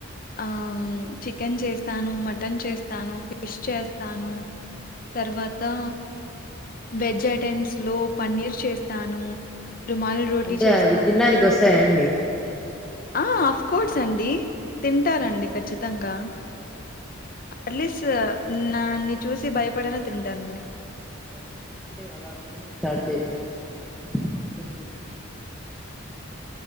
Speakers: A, on the left; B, in the centre.
A: ఆ చికెన్ చేస్తాను మటన్ చేస్తాను ఫిష్ చేస్తాను తర్వాత వెజ్ ఐటెమ్స్ లో పన్నీర్ చేస్తాను రుమాలి రోటీ
B: అంటే
A: చేస్తాను
B: అవి తినడానికి వస్తాయా అండి
A: ఆ ఆఫ్ కోర్స్ అండి తింటారండి
B: అవును
A: ఖచ్చితంగా
B: అవునా
A: అట్లీస్ట్ దన్ని చూసి భయపడనా తింటానండి
B: <inaudible>